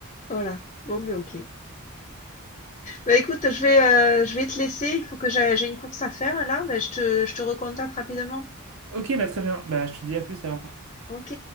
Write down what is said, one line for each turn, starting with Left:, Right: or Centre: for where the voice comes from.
Left: Voilà. Bon, ben ok. Bah écoute, je vais, euh, je vais te laisser. Il faut que j'aille- j'ai une course à faire là, mais je te, je te recontacte rapidement.
Right: Ok, bah très bien. Bah, je te dis à plus alors.
Left: Ok.